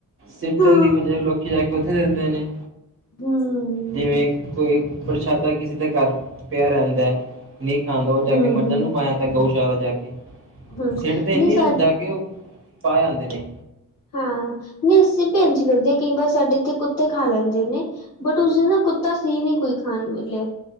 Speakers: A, on the right; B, on the left.
A: ਸਿੱਟਣ
B: ਹਮ
A: ਦੀ ਵਜਾ ਲੋਕੀ ਜਾ ਕੇ ਉੱਥੇ ਦਿੰਦੇ ਨੇ।
B: ਹਮ।
A: ਜਿਵੇਂ ਕੋਈ ਪ੍ਰਸ਼ਾਦਾ ਕਿਸੇ ਦਾ ਘਰ ਪਿਆ ਰਹਿੰਦਾ ਨਹੀਂ ਖਾਂਦਾ
B: ਹਮ
A: ਮਜ਼ਾਂ ਨੂੰ ਪਾਇਆ ਜਾਂਦਾ ਗਊਸ਼ਾਲਾ ਜਾ ਕੇ
B: ਹਮ
A: ਸਿਟ ਤੇ
B: ਨਹੀਂ
A: ਨ
B: ਸਾ
A: ਜਾ ਕੇ ਉਹ ਪਾ ਆਂਦੇ ਨੇ।
B: ਹਾਂ ਨਹੀਂ ਅਸੀਂ ਭੇ ਕਰਦੇ ਕਈ ਵਾਰ ਸਾਡੇ ਇੱਥੇ ਕੁੱਤੇ ਖਾ ਲੈਂਦੇ ਨੇ ਬਟ ਉਸਦੇ ਨਾ ਕੁੱਤਾ ਸੀ ਨਹੀਂ ਕੋਈ ਖਾਣ ਮਿਲਿਆ